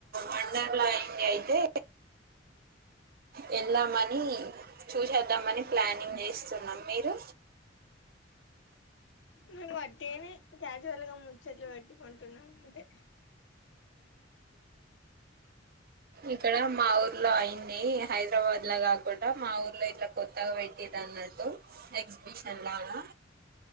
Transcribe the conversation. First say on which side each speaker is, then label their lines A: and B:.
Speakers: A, on the right; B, on the left.
A: మండర్లా అయింది అయితే వెళ్దామని చూసేద్దామని ప్లానింగ్ చేస్తున్నాం మీరు
B: ఈ వన్ తేనే <unintelligible> రలుగా ముచ్చట్లు పెట్టుకుంటున్నాం అదే
A: ఇక్కడ మా ఊర్ ఊ లో అయింది హైదరాబాద్ లో కాకుండా మా ఊర్లో ఇట్లా కొత్తగా పెట్టటిది అన్నట్టు ఎగ్జిబిషన్ లాగా